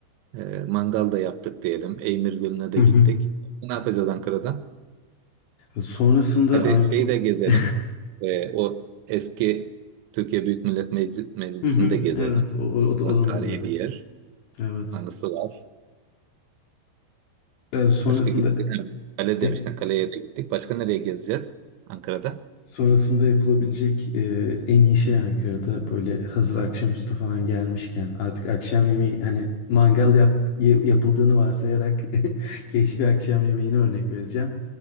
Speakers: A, on the right; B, on the left.
A: e, mangal da yaptık diyelim. Eymir Gölü'ne de
B: Hı hı.
A: gittik. Ne yapacağız Ankara'da?
B: Sonrasında
A: Hadi
B: Ank
A: şeyi de gezelim.
B: <laughs>
A: Ee, o eski Türkiye Büyük Millet Mecli- Meclisi'ni
B: Hı hı,
A: de gezelim.
B: evet o, o, o
A: Bu
B: da, o
A: da
B: da
A: tarihi
B: müze.
A: bir yer.
B: Evet.
A: Anısı var.
B: Yani sonrasında
A: Başka gidelim. Kale
B: e,
A: demiştin. Kaleye de gittik. Başka nereye gezeceğiz? Ankara'da.
B: sonrasında yapılabilecek e, en iyi şey Ankara'da böyle hazır akşamüstü falan gelmişken artık akşam yemeği hani mangal yap, ye- yapıldığını varsayarak <laughs> geç bir akşam yemeğini örnek vereceğim.